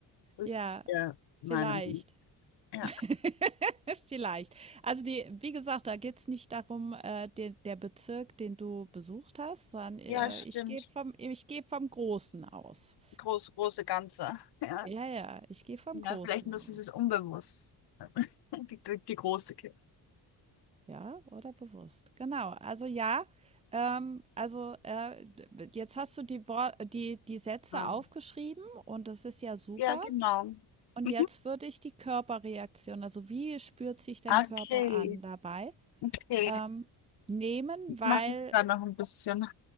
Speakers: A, on the left; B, on the right.
A: Das
B: ja,
A: ist ja meine
B: vielleicht.
A: Meinung. Ja,
B: <laughs> Vielleicht. Also, die wie gesagt, da geht's nicht darum, äh, de der Bezirk, den du besucht hast, sondern, äh,
A: ja, stimmt.
B: ich gehe vom ich gehe vom Großen aus.
A: Groß, große Ganze. <laughs> Ja,
B: Ja, ja, ich gehe vom
A: ja
B: Großen
A: vielleicht müssen
B: aus.
A: sie es unbewusst. <laughs> Die, die, die große Kirche.
B: Ja, oder bewusst. Genau. Also ja, ähm, also äh, d- jetzt hast du die, Wor- die, die Sätze
A: Ja,
B: aufgeschrieben und das ist ja super.
A: Ja, genau.
B: Und
A: Mhm.
B: jetzt würde ich die Körperreaktion, also wie spürt sich dein
A: Okay,
B: Körper an dabei,
A: okay.
B: ähm, nehmen,
A: Ich
B: weil,
A: mache mich da noch ein bisschen.